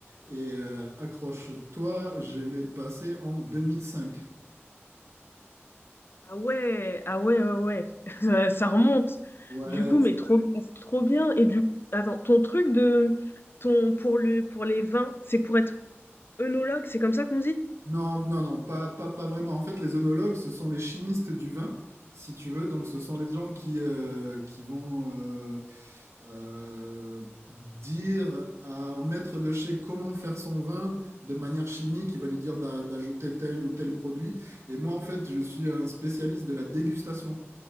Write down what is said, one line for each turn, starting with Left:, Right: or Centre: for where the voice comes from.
Right: Et euh, accroche-toi, je l'ai passé en 2005.
Left: Ah ouais, ah ouais, ouais, ouais. <laughs> Ça, ça remonte.
Right: Ouais,
Left: Du coup, mais trop, trop bien. Et du attends, ton truc de ton pour le pour les vins, c'est pour être œnologue, c'est comme ça qu'on dit?
Right: non, non, non, pas, pas, pas vraiment. En fait, les œnologues, ce sont les chimistes du vin, si tu veux. Donc, ce sont les gens qui, euh, qui vont euh, euh, dire à, au maître de chez comment faire son vin de manière chimique, il va lui dire d'a- d'ajouter tel ou tel produit. Et moi, en fait, je suis un spécialiste de la dégustation.